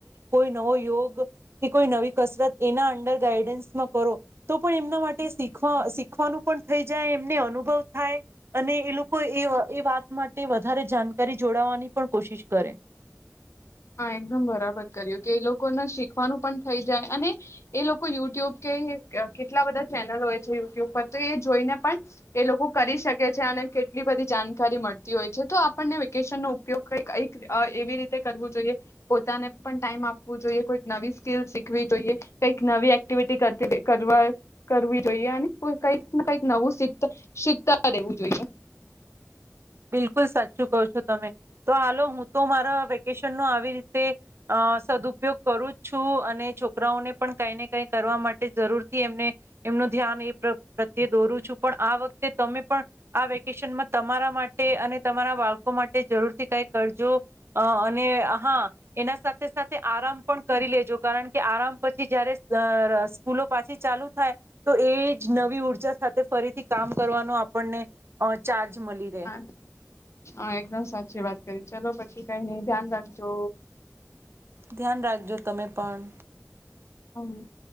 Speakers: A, on the right; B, on the left.
A: કોઈ નવો યોગ, કે કોઈ નવી કસરત એના અંડર ગાઈડન્સમાં કરો, તો પણ એમના માટે શીખવા શીખવાનું પણ થઈ જાય એમને અનુભવ થાય, અને એ લોકો એ એ વાત માટે વધારે જાણકારી જોડાવાની પણ કોશિશ કરે.
B: હા એકદમ બરાબર કર્યું કે એ લોકોને શીખવાનું પણ થઇ જાય અને, એ લોકો યુટ્યુબ કે કેટલા બધા ચેનલ હોય છે યુટ્યુબ પર તો એ જોઈને પણ, એ લોકો કરી શકે છે અને કેટલી બધી જાણકારી મળતી હોય છે તો આપણને વેકેશન નો ઉપયોગ કઈક ક એવી રીતે કરવો જોઈ. જો પોતાને પણ ટાઈમ આપવું જોઈએ કોઈ નવી સ્કીલ શીખવી જોઈએ, કઈક નવી એક્ટિવિટી કરવી જોઈએ અને કઈક કઈક નવુંખ શીખતા રહેેવું જોઈએ.
A: બિલકુલ સાચું કહ છો તમે, તો હાલો હું તો મારા વેકેશનનો આવી રીતે, અ સદુપયોગ કરું જ છું અને છોકરાઓને પણ કઈ ને કઈ કરવા માટે જરૂરથી એમને, એમનું ધ્યાન એ પ્રત્યે દોરું છું પણ આ વખતે તમે પણ, આ વેકેશનમાં તમારા માટે અને તમારા બાળકો માટે જરૂર થી કઈ કરજો, અને હા એના સાથે સાથે આરામ પણ કરી લેજો કારણ કે આરામ પછી જયારે સ્કૂલો પાછી ચાલુ થાય, તો એ જ નવી ઉર્જા સાથે ફરીથી કામ કરવાનો આપણને, ચારજ જ મળી રહેે.
B: હા હા એકદમ સાચી વાત કરી ચલો પછી કઈ નહ ધ્યાન રાખજો.
A: ધ્યાન રાખજો તમે પણ.
B: હમ. <inaudible>